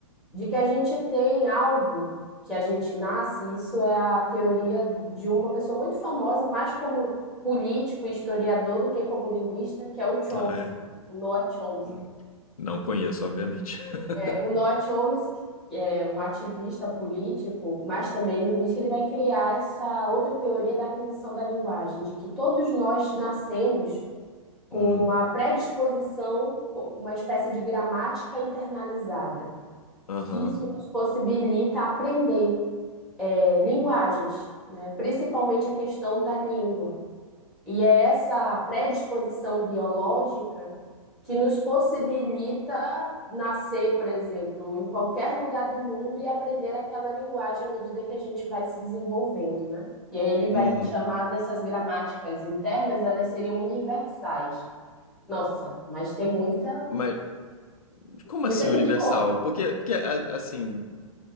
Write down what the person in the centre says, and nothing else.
de que a gente tem algo que a gente nasce, isso é a teoria de uma pessoa muito famosa, mais como político e historiador do que como linguista, que é o Chomsky,
o Noam Chomsky.
É, o Noam Chomsky que é um ativista político, mas também linguístico, ele vai criar essa outra teoria da aquisição da linguagem, de que todos nós nascemos com
uma predisposição, com uma espécie de gramática internalizada,
que isso nos possibilita aprender é, linguagens, né? Principalmente a questão da língua. E é essa predisposição biológica que nos possibilita nascer, por exemplo, em qualquer lugar do mundo e aprender aquela linguagem à medida que a gente vai se desenvolvendo, né? E aí ele vai
chamar dessas gramáticas internas, elas seriam universais. Nossa, mas tem muita,
muita
gente
contra.